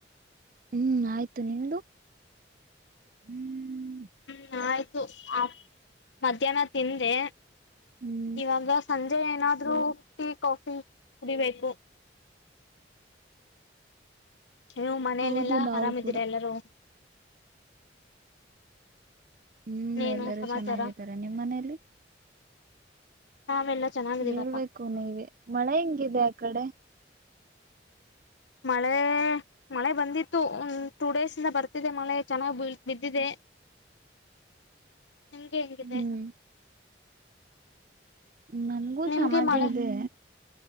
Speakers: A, on the right; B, on the left.
A: ಹ್ಮ್ ಆಯ್ತು ನಿಮ್ದು ಹ್ಮ್
B: ಹ್ಮ್ ಆಯ್ತು ಆ ಮಧ್ಯಾಹ್ನ ತಿಂದೆ
A: ಹ್ಮ್
B: ಇವಾಗ ಸಂಜೆ ಏನಾದ್ರು ಟೀ ಕಾಫಿ ಕುಡಿಬೇಕು ನೀವು ಮನೇಲೆೆಲ್ಲಾ
A: ಹೌದು ನಾವು
B: ಆರಾಮಿದೀರಾ
A: ಕೂಡ
B: ಎಲ್ಲಾರೂ
A: ಹ್ಮ್
B: ಇನ್ನೇನು
A: ಎಲ್ಲರೂ
B: ಸಮಾಚಾರ
A: ಚೆನ್ನಾಗಿದ್ದಾರೆ ನಿಮ್ಮ್ ಮನೇಲಿ
B: ನಾವೆಲ್ಲಾ ಚೆನ್ನಾಗಿದೀವಪ್ಪಾ
A: ಹೇಳ್ಬೇಕು ನೀವೆ ಮಳೆ ಹೆಂಗಿದೆ ಆ ಕಡೆ
B: ಮಳೆ ಮಳೆ ಬಂದಿತ್ತು ಒಂದ್ ಟು ಡೇಸ್ ಇಂದ ಬರ್ತಿದೆ ಮಳೆ ಚೆನ್ನಾಗ ಬಿದ್ದಿದೆ ನಂಗೆ ಹೆಂಗಿದೆ
A: ಹ್ಮ್ ನಂಗೂ
B: ನಿಮ್ಗೆ
A: ಚೆನ್ನಾಗೇ
B: ಮಳೆ
A: ಇದೆ